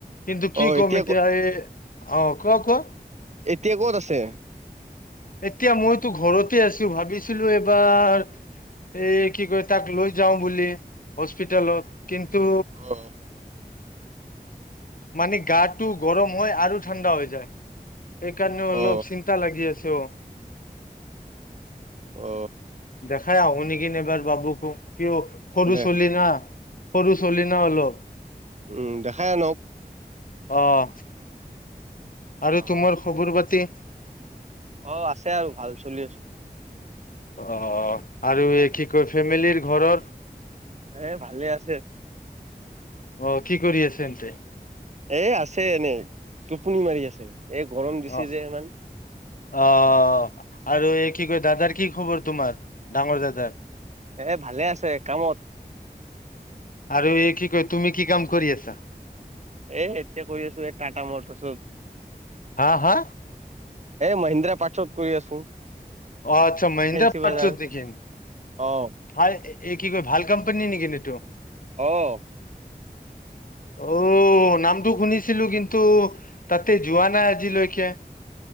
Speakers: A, on the left; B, on the right.
A: কিন্তু কি
B: অ
A: কম এতিয়া
B: ক
A: এই অ' কোৱা কোৱা।
B: এতিয়া ক'ত আছে?
A: এতিয়া মইতো ঘৰতে আছো ভাবিছিলো এবাৰ এই কি কয় তাক লৈ যাওঁ বুলি হচ হচপিতেলত কিন্তু
B: অ
A: মানে গাৰটো গৰম হয় আৰু ঠাণ্ডা হৈ যায় এইকাৰণেও অলপ
B: অ
A: চিন্তা লাগি আছেও
B: অ
A: দেখাই আহো নিকিনে এবাৰ বাবুকো সিয় সৰু
B: দে
A: চলি না সৰু চলি না হলো।
B: উম দেখাই আনক।
A: অহ আৰু
B: অ
A: তোমাৰ খবৰ পাতি?
B: অ আছে আৰু ভাল চলি আছে
A: অ' আৰু কি কয় ফেমিলিৰ ঘৰত?
B: এ ভালে আছে।
A: অঁ, কি কৰি আছে এনতে?
B: এই আছে এনেই, টোপনি মাৰি আছে এ গৰম দিছে
A: অ
B: যে ইমান।
A: অ' আৰু এই কি কয় দাদাৰ কি খবৰ তোমাৰ, ডাঙৰ দাদাৰ?
B: এ ভালে আছে, কামত।
A: আৰু এই কি কয়, তুমি কি কাম কৰি আছা?
B: এ, এতিয়া কৰি আছো এ, টাটা মটৰ্ছৰ।
A: হা হা?
B: এ মহিন্দ্ৰা পাৰ্টচত কৰি আছো।
A: অ' আচ্ছা। মহিন্দ্ৰা
B: ফেঞ্চি
A: পাৰচত
B: বজাৰ
A: নেকি?
B: অ
A: হয়। এ, কি কয় ভাল কোম্পানী নেকি এইটো?
B: অ'।
A: অ'। নামটো শুনিছিলো কিন্তু তাতে যোৱা নাই আজিলৈকে।